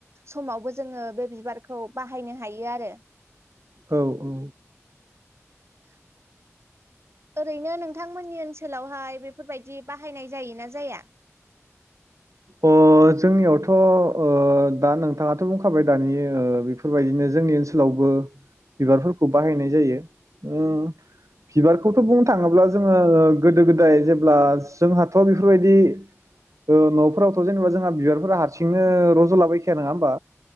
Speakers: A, on the right (about 60°); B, on the right (about 85°).
A: समावबो जोङो बे बिबारखौ बाहायनो हायो आरो
B: औ औ।
A: <inaudible> ओरैनो नोंथांमोननि ओनसोलावहाय बेफोरबायदि बाहायनाय जायोना जाया
B: अ जोंनियावथ ओ दा नोंथांङाथ बुंखाबाय दानि ओ बेफोरबायदिनो जोंनि ओनसोलावबो बिबारफोरखौ बाहायनाय जायो ओम बिबारखौथ बुंनो थाङोब्ला जोङो गोदो गोदाय जेब्ला जोंहाथ बेफोरबायदि। ओ न'फोरावथ' जेनेबा जोंहा बिबारफोरा हारसिंनो रजलाबायखाया नङा होमबा